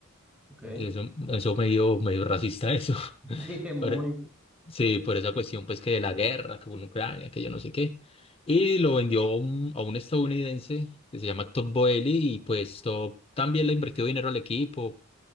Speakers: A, in the centre; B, on the left.
A: Ok.
B: Eso, eso medio, medio racista eso.
A: <laughs>
B: <laughs>
A: Sí, muy,
B: Pero, sí, por esa cuestión pues que de la guerra, que en Ucrania, que yo no sé qué. Y lo vendió a un, a un estadounidense que se llama Todd Boehly y pues Todd también le ha invertido dinero al equipo,